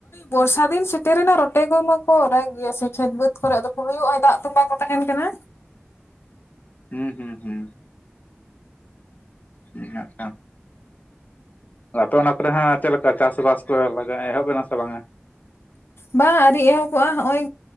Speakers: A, on the left; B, on the left.
A: ᱵᱚᱨᱥᱟ ᱫᱤᱱ ᱥᱮᱴᱮᱨ ᱨᱮᱱᱟ ᱨᱚᱴᱮ ᱠᱚᱢᱟᱠᱚ ᱨᱟᱜ ᱜᱮᱭᱟ ᱥᱮ ᱠᱷᱮᱛ ᱵᱟᱹᱫᱽ ᱠᱚᱨᱮᱫᱚ ᱦᱩᱭᱩᱜ ᱟᱭ ᱫᱟᱜ ᱛᱩᱸᱵᱟ ᱠᱚ ᱛᱟᱦᱮᱱ ᱠᱟᱱᱟ
B: ᱦᱩᱸ ᱦᱩᱸ ᱦᱩᱸ <unintelligible> <unintelligible> ᱟᱯᱮ ᱚᱱᱟ ᱠᱚᱨᱮ ᱦᱟᱸᱜ ᱪᱮᱫ ᱞᱮᱠᱟ ᱪᱟᱥᱵᱟᱥ ᱠᱚ ᱞᱟᱜᱟ ᱮᱦᱚᱵ ᱮᱱᱟ ᱥᱮ ᱵᱟᱝᱟ
A: ᱵᱟᱝ ᱟᱨᱤ ᱮᱦᱚᱵᱚᱜᱼᱟ ᱦᱚᱜ ᱚᱭ